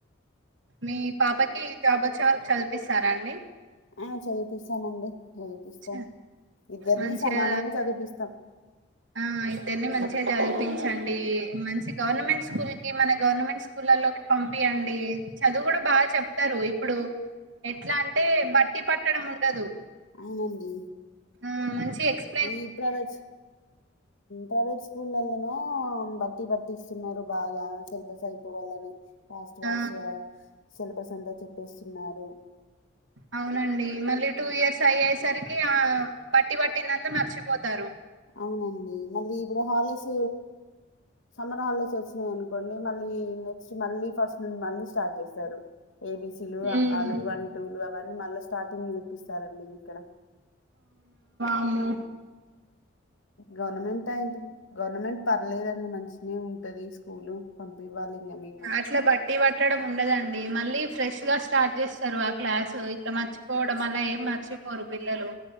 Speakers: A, on the right; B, on the left.
A: మీ పాపకి జాబ్ వచ్చే వరకు చదిపిస్తారాండి
B: ఆ చదివిపిస్తామండి చదిపిస్తాం
A: చ
B: ఇద్దరినీ
A: మంచిగా
B: సమానంగా చదివిపిస్తాం
A: ఆ ఇద్దరిని మంచిగా చదిపించండి మంచి గవర్నమెంట్ స్కూల్ కి మన గవర్నమెంట్ స్కూల్లోకి పంపి అండి చదువు కూడా బాగా చెప్తారు ఇప్పుడు ఎట్లా అంటే బట్టి పట్టడం ఉండదు
B: అవునండి
A: ఆ మంచి ఎక్స్
B: ఈ ప్రవేట్ ప్రైవేట్ స్కూల్లన బట్టి పటిస్తున్నారు బాగా సిలబస్ అయిపోవాలని ఫాస్ట్ ఫాస్ట్
A: ఆ
B: సిలబస్ అంతా చెప్పేస్తున్నారు
A: అవునండి మళ్ళీ టూ ఇయర్స్ అయ్యేసరికి ఆ బట్టి పట్టిందంతా మర్చిపోతారు
B: అవునండి మళ్ళీ ఇప్పుడు హాలిడేస్ సమ్మర్ హాలిడేస్ వచ్చ అనుకోండి మళ్ళీ నెక్స్ట్ మళ్ ఫస్ట్ ను మళ్ స్ార్ చేస్త ఏబి అ
A: ఉమ్,
B: మ స్ార్ంగ్ విస్తారండి ఇక్కడ
A: అమ్మో
B: గవర్నమెంట్ అయి గవర్నమెంట్ పర్లేదండి మంచిిన ఉంటది స్కూలు పంపివ్వాలి ఇంగ మేము కూడా
A: అట్లా బట్టి పట్టడం ఉండదండి మళ్ళీ ఫ్రెష్ గా స్టార్ట్ చేస్తారు ఆ క్లాసు ఇట్లా మర్చిపోవడం మళ్ళ ఏం మర్చిపోరు పిల్లలు